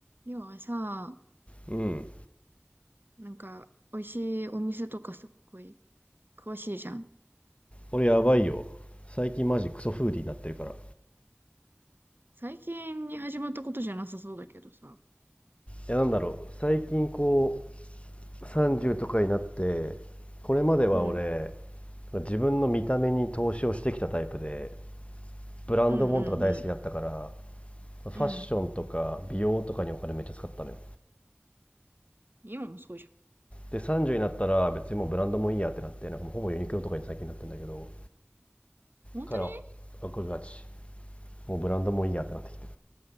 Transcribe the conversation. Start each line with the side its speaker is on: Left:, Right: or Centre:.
Right: りょうはさ、
Left: うん
Right: なんか、美味しいお店とかすっごい詳しいじゃん。
Left: 俺やばいよ最近マジクソフーディーになってるからい
Right: 最近に始まったことじゃなさそうだけどさ。
Left: やなんだろう最近こう30とかになってこれまでは俺
Right: うん。
Left: 自分の見た目に投資をしてきたタイプでブランド物とか大好きだったから
Right: うんうんうん。
Left: ファッションとか美容とかにお金めっちゃ使ったのよ
Right: うん。今もそうじゃん。
Left: で30になったら別にもうブランドもいいやってなってなんかもうほぼユニクロとかに最近なってんだけど
Right: 本当に
Left: から僕がちもうブランドもいいやってなってきてる